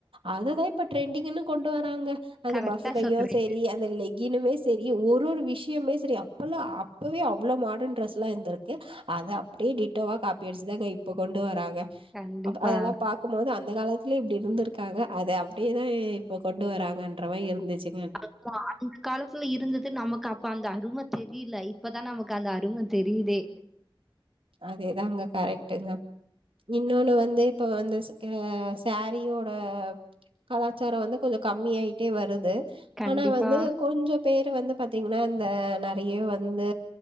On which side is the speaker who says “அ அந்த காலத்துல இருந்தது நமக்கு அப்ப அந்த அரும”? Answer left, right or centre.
Centre